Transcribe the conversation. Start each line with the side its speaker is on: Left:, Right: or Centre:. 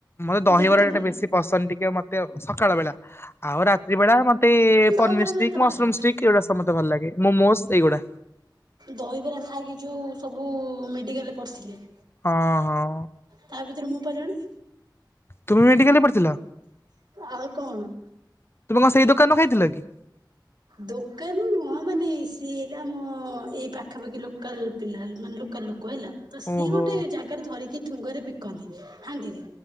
Left: ମତେ ଦହିବରା
Right: ଏତେ ଭଲ
Left: ଟା ବେଶୀ
Right: ଲାଗେ।
Left: ପସନ୍ଦ ଟିକେ ମତେ ସକାଳ ବେଳା। ଆଉ ରାତ୍ରି ବେଳା ମତେ
Right: ଦହିବରା
Left: ପନିର
Right: ମତେ
Left: ଷ୍ଟିକ୍
Right: ଏତେ ଭଲ
Left: ମସରୁମ
Right: ଲାଗେନା
Left: ଷ୍ଟିକ୍ ଏଇଗୁଡା ସବୁ ମତେ ଭଲ ଲାଗେ ମୋମୋସ୍ ଏଇଗୁଡା।
Right: ଦହିବରା ଖାଇକି ଯୋଉ ସବୁ ମେଡ଼ିକାଲରେ ପଡ଼ିଥିଲେ।
Left: ହଁ ହଁ।
Right: ତା ଭିତରୁ ମୁଁ ପା ଜଣେ।
Left: ତୁମେ ମେଡ଼ିକାଲ୍ ରେ ପଡ଼ିଥିଲ?
Right: ଆଉ କଣ?
Left: ତୁମେ କଣ ସେଇ ଦୋକାନରୁ ଖାଇଥିଲ କି?
Right: ଦୋକାନ ନୁହଁ ମାନେ ସିଏ ହେଲା ଆମ ଏଇ ପାଖାପାଖି ଲୋକାଲ୍ ପିଲା ମାନେ ଲୋକାଲ୍ ଲୋକ ହେଲା। ତ ସିଏ
Left: ଓହୋ
Right: ଗୋଟେ ଜାଗାରେ ଧରିକି ଠୁଙ୍ଗରେ ବିକନ୍ତି ହାଣ୍ଡିରେ